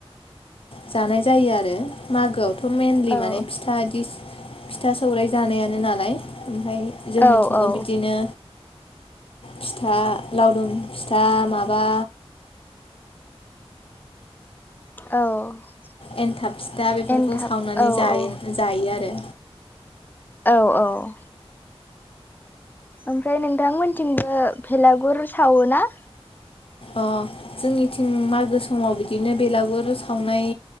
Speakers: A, on the left; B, on the left.
A: जानाय जायो आरो। मागोआवथ' मेनलि
B: औ
A: माने फिथा इस फिथा, सौराइ जानायानो नालाय। ओमफाय जोंनिथिंबो
B: औ औ
A: बिदिनो फिथा लावदुम फिथा माबा
B: औ
A: एन्थाब फिथा बेफोरखौ
B: एन्थाब
A: सावनानै
B: औ
A: जायो
B: औ
A: जायो आरो।
B: औ औ ओमफ्राय नोंथांमोनथिंबो भेलागुर सावो ना?
A: अ' जोंनिथिं मागो स समाव बिदिनो बेलागुर सावनाय